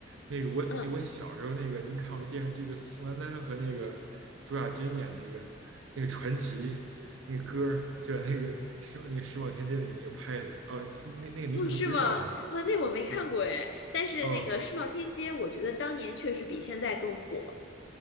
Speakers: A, on the right (about 80°); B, on the left (about 60°).
A: 那个我那我小时候那个，
B: 嗯，
A: 您看过一电视剧，就宋丹丹和那个朱亚军演那个那个传奇那个歌儿就在那个世那个世贸天阶里那个拍的。哦，那那个您可能不知道是吧？
B: 哦，是吗？啊，那我没看过哎，
A: 嗯，
B: 但是那个世贸天街，
A: 哦，
B: 我觉得当年确实比现在更火，